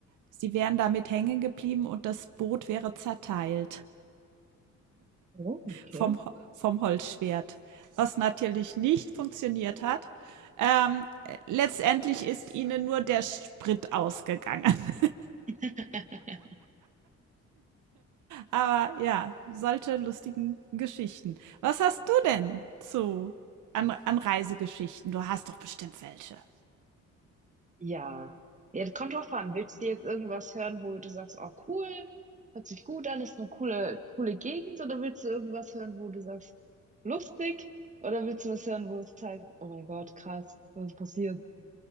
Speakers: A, on the right; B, on the right.
A: sie wären damit hängen geblieben und das Boot wäre zerteilt
B: Oh, okay.
A: vom vom Holzschwert, was natürlich nicht funktioniert hat. Ähm, äh, letztendlich ist ihnen nur der Sprit ausgegangen. <laughs>
B: <laughs>
A: Aber ja, solche lustigen Geschichten. Was hast du denn zu an an Reisegeschichten? Du hast doch bestimmt welche.
B: Ja. Ja, das kommt drauf an. Willst du jetzt irgendwas hören, wo du sagst, oh cool, hört sich gut an, ist eine coole, coole Gegend, oder willst du irgendwas hören, wo du sagst, lustig, oder willst du was hören, wo es heißt, oh mein Gott, krass, was ist passiert?